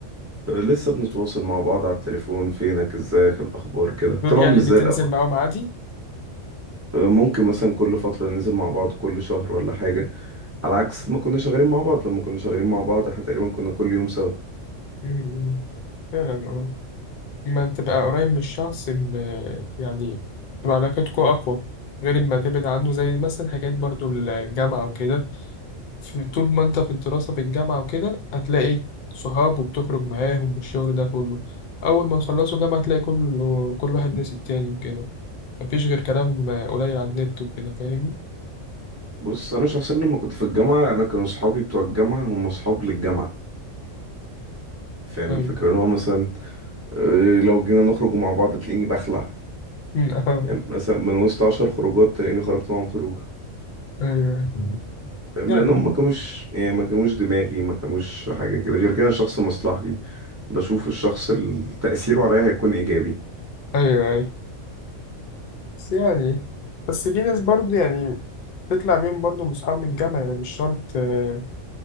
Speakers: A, on the right; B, on the left.
A: أه لسه بنتواصل مع بعض على التليفون فينك ازيك الاخبار كده طبعا
B: دول يعني
A: مش
B: اللي
A: زي
B: تنزل
A: الاول
B: معاهم عادي
A: أه ممكن مثلا كل فتره ننزل مع بعض كل شهر ولا حاجه على عكس ما كنا شغالين مع بعض لما كنا شغالين مع بعض احنا تقريبا كنا كل يوم سوا
B: مم. فعلا اه لما تبقى قريب من الشخص م- يعني تبقى علاقتكم أقوى غير ما تبعد عنه زي مثلا حاجات برضو الجامعة وكده في- طول ما انت في الدراسة في الجامعة وكده هتلاقي صحاب وبتخرج معاهم والشغل ده كله أول ما تخلصوا جامعة هتلاقي كله كل واحد نسي التاني وكده مفيش غير كلام قليل على النت وكده فاهمني؟
A: بص انا شخصيا لما كنت في الجامعه انا كانوا اصحابي بتوع الجامعه هم اصحاب للجامعه فاهم
B: ايوه
A: الفكره اللي هو مثلا آه، لو جينا نخرج مع بعض تلاقيني بخلع
B: أمم، آه.
A: يعني مثلا من وسط عشر خروجات تلاقيني خرجت معاهم خروجه
B: <laughs> ايوه
A: فاهم
B: يعني
A: لانهم ما كانوش يعني ما كانوش دماغي ما كانوش حاجه كده غير كده أنا شخص مصلحجي بشوف الشخص اللي تاثيره عليا هيكون ايجابي
B: ايوه ايوه بس يعني بس في ناس برضه يعني تطلع بيهم برضه من اصحاب من الجامعه يعني مش شرط آه،